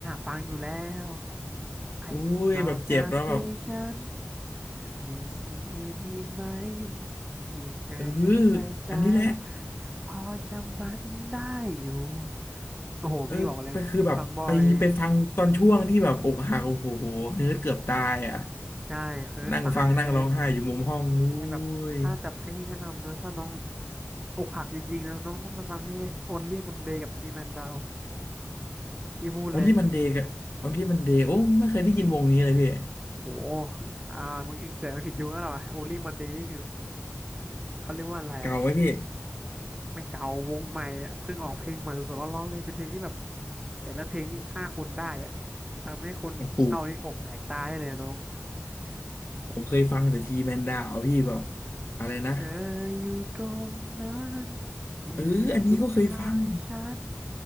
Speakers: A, on the right; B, on the left.
A: ฟังอยู่แล้ว ไอ้นอกจากชื่อฉัน
B: โอ้ยแบบเจ็บแล้วแบบ
A: มีสิ่งอื่นอีกไหมที่เธอยังใส่ใจ
B: เอออันนี้แหละ
A: และพอจำมันได้อยู่โอ้โหพี่บอกเลยพี่ฟังบ่อย
B: เออไปคือแบบไปไปฟังตอนช่วงที่แบบอกหักโอ้โหเฮิร์ตเกือบตายอ่ะ
A: ใช่เฮิร์ตตายเลย
B: นั่งฟังนั่งร้องไห้อยู่มุมห้องอุ้
A: แต่แบบถ้าจะให้พี่แนะนำนะถ้าน้อง
B: ย
A: อกหักจริงๆนะน้องต้องไปฟังนี่เลย Only Monday กับ T Man Down ที่พูดเลย
B: ออลลี่มันเดกับอี่มันเดโอ้ไม่เคยได้ยินวงนี้เลยพี่
A: โอ้โหอ่ามึงเองเกิดมาผิดยุคแล้วเหรอวะ Only Monday นี่คือเขาเรียกว่าอะไรอะ
B: เก่าไหมพี่
A: ไม่เก่าวงใหม่เนี่ยเพิ่งออกเพลงใหม่สดๆร้อนๆเลยเป็นเพลงที่แบบแต่ละเพลงนี่ฆ่าคนได้อะทำให้คนเศร้านี่อกแตกตายได้เลยอะน้อง
B: โอ้โหผมเคยฟังแต่ทีแมนดาวพี่แบบอะไรนะ
A: เธออยู่ตรงนั้นยืนอยู่ข้างฉัน
B: เอออันนี้ก็เคยฟัง